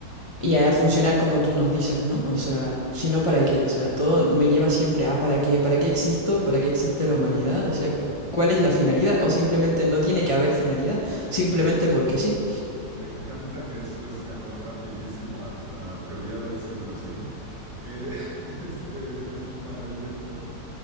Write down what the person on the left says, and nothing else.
y a funcionar como tú nos dices, ¿no? O sea, si no, ¿para qué? O sea, todo me lleva siempre a ¿para qué? ¿Para qué existo? ¿Para qué existe la humanidad? O sea, ¿cuál es la finalidad? O simplemente no tiene que haber finalidad, simplemente porque sí.